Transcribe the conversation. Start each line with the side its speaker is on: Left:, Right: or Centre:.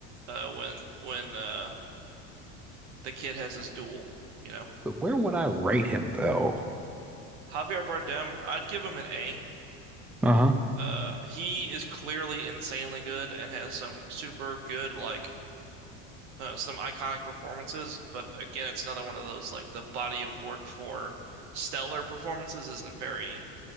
Right: uh, when when uh the kid has his duel. You know,
Centre: but where would I rate him though?
Right: Javier Bardem. I'd give him an A.
Centre: Uh-huh.
Right: Uh, he is clearly insanely good and has some super good like uh, some iconic performances, but again, it's another one of those like the body of work for stellar performances isn't very